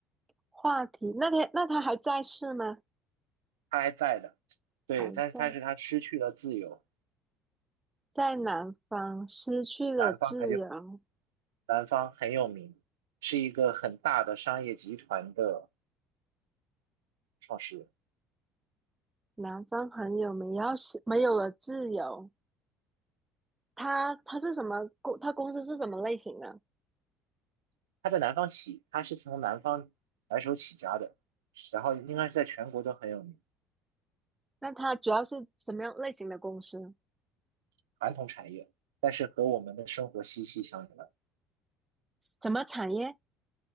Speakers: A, on the right; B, on the right.
A: 话题，那天那他还在世吗？
B: 他还在的，对，
A: 还在，
B: 但是但是他失去了自由，
A: 在南方失去了自由，
B: 南方很有名，南方很有名，是一个很大的商业集团的创始人。
A: 南方很有名，要后是没有了自由。他他是什么公？他公司是什么类型的？
B: 他在南方起，他是从南方白手起家的，然后应该是在全国都很有名，
A: 那他主要是什么样类型的公司？
B: 传统产业，但是和我们的生活息息相关。
A: 什么产业？